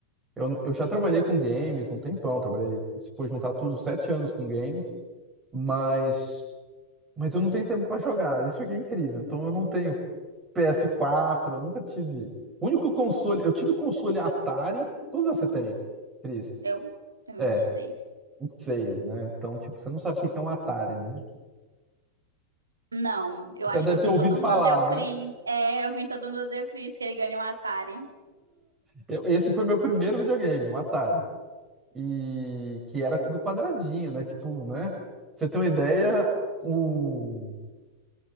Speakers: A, on the right; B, on the right.
A: Eu, eu já trabalhei com games um tempão, trabalhei, se for juntar tudo, sete anos com games, mas, mas eu não tenho tempo para jogar. Isso aqui é incrível. Então eu não tenho PS4, eu nunca tive. O único console. Eu tive o console Atari. Quantos anos você tem, Cris?
B: Eu tenho
A: É,
B: vinte e seis
A: 26, né? Então, tipo, você não sabe o que que é um Atari, né?
B: Não, eu acho
A: Já deve
B: que eu
A: ter
B: vim
A: ouvido
B: todo
A: falar,
B: mundo odeia o
A: né?
B: Chris. É, eu vim todo mundo odeia o Chris, que ele ganha um Atari.
A: Eu- esse foi meu primeiro videogame, o Atari. E que era tudo quadradinho, né? Tipo, né? Pra Você tem uma ideia, o.